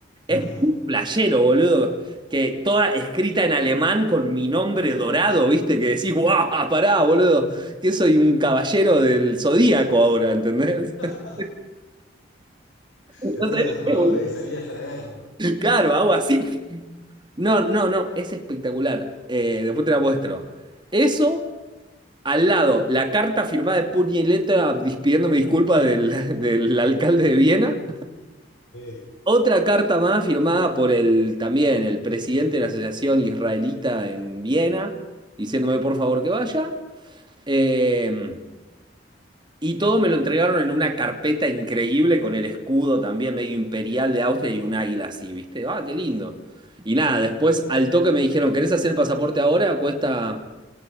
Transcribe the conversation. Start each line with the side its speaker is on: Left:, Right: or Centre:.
Right: Es
Left: No.
Right: muy playero, boludo. Que toda escrita en alemán con mi nombre dorado, viste, que decís, guau, pará, boludo, que soy un caballero del zodíaco ahora, ¿entendés?
Left: <laughs>
Right: <laughs> No
Left: Te dan
Right: sabés
Left: una
Right: lo
Left: armadura
Right: que es, boludo.
Left: y salías a la guerra.
Right: Claro, hago así. No, no, no, es espectacular. Eh, después te la muestro. Eso. Al lado, la carta firmada de puño y letra dis- pidiéndome disculpas del, <laughs> del alcalde de Viena.
Left: Sí.
Right: Otra carta más firmada por el también el presidente de la asociación israelita en Viena, diciéndome por favor que vaya. Eh, y todo me lo entregaron en una carpeta increíble con el escudo también medio imperial de Austria y un águila así, ¿viste? Ah, qué lindo. Y nada, después al toque me dijeron, ¿querés hacer el pasaporte ahora? Cuesta